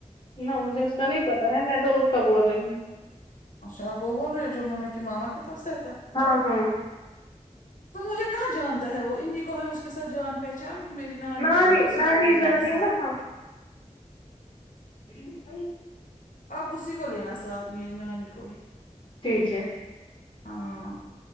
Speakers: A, on the left; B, on the left.
A: نہ مجھے اس کا نہیں پتا ہے میں دو اس کا بول رہی ہوں
B: اچھا وہ بول رہی ہو جو ممی کے ماما کے پاس رہتا
A: ہاں ہاں
B: تو مجھے کہاں جانتا ہے وہ انیں کو ہے اس کے ساتھ جان پہچان ینانی
A: نانی
B: کو ہے اسی
A: نانی
B: کو لے
A: جاتی
B: جانا سا
A: ہے نا ہاں <unintelligible>
B: آپ اسی کو لینا ساتھ میری نانی کو ہی
A: ٹھیک ہے
B: ہاں